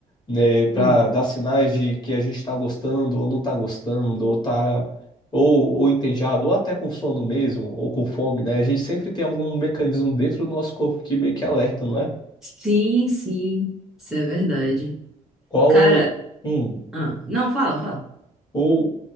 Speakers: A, on the left; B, in the centre.
A: né, para
B: Hum.
A: dar sinais de que a gente está gostando ou não está gostando, ou tá ou, ou entediado, ou até com sono mesmo, ou com fome, né? A gente sempre tem algum mecanismo dentro do nosso corpo que meio que alerta, não é?
B: Sim, sim, isso é verdade.
A: Qual,
B: Cara,
A: hum,
B: ah, não, fala, fala.
A: ou